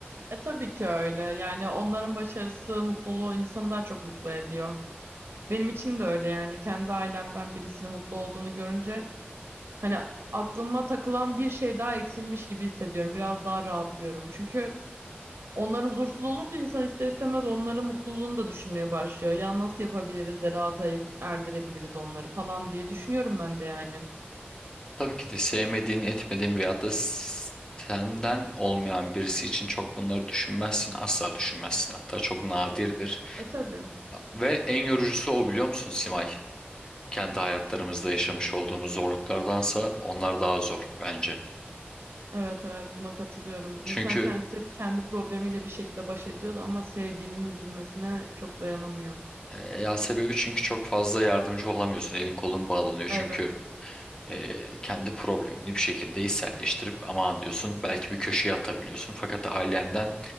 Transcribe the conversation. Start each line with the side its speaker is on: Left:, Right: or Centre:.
Right: E tabii ki öyle. Yani onların başarısı, mutluluğu insanı daha çok mutlu ediyor. Benim için de öyle yani. Kendi ailemden birisinin mutlu olduğunu görünce hani aklıma takılan bir şey daha eksilmiş gibi hissediyorum. Biraz daha rahatlıyorum. Çünkü onlar huzursuz olunca insan ister istemez onların mutluluğunu da düşünmeye başlıyor. Ya nasıl yapabiliriz de rahata erdirebiliriz onları falan diye düşünüyorum ben de yani.
Left: Tabii ki de sevmediğin, etmediğin veyahut da s- senden olmayan birisi için çok bunları düşünmezsin. Asla düşünmezsin. Hatta çok nadirdir.
Right: E tabii.
Left: Ve en yorucusu o biliyor musun Simay? Kendi hayatlarımızda yaşamış olduğumuz zorluklardansa onlar daha zor bence.
Right: Evet evet buna katılıyorum.
Left: Çünkü
Right: İnsan kendisi kendi problemiyle bir şekilde baş ediyordu ama sevdiğinin üzülmesine çok dayanamıyor.
Left: e, ya sebebi çünkü çok fazla yardımcı olamıyorsun. Elin kolun bağlanıyor.
Right: Evet.
Left: Çünkü e, kendi problemini bir şekilde içselleştirip aman diyorsun belki bir köşeye atabiliyorsun. Fakat ailenden